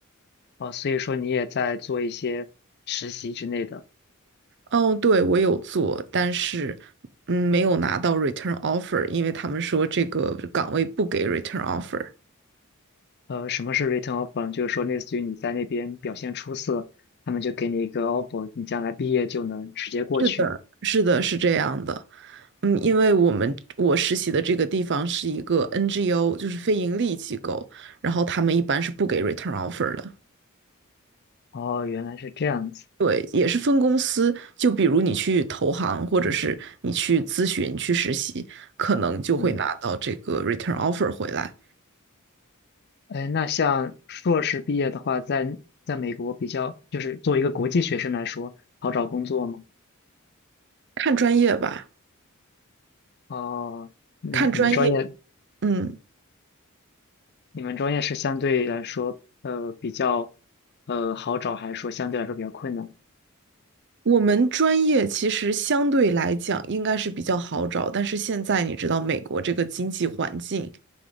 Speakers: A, on the left; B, on the right.
A: 啊，所以说你也在做一些实习之类的。
B: 哦，对，我有做，但是嗯，没有拿到 return offer，因为他们说这个岗位不给 return offer。
A: 呃，什么是 r e t u r n offer？呢？就是说类似于你在那边表现出色，他们就给你一个 offer，你将来毕业就能直接过去。
B: 是的，是的，是这样的。嗯，因为我们我实习的这个地方是一个 NGO，就是非盈利机构，然后他们一般是不给 return offer 的。
A: 哦，原来是这样子。
B: 对，也是分公司，就比如你去投行，或者是你去咨询、去实习，可能就会拿到这个
A: 嗯。
B: return offer 回来。
A: 哎，那像硕士毕业的话，在在美国比较，就是作为一个国际学生来说，好找工作吗？
B: 看专业吧，
A: 哦，嗯，
B: 看专业。
A: 你们专业，
B: 嗯，
A: 你们专业是相对来说，呃，比较，呃，好找，还是说相对来说比较困难？
B: 我们专业其实相对来讲应该是比较好找，但是现在你知道美国这个经济环境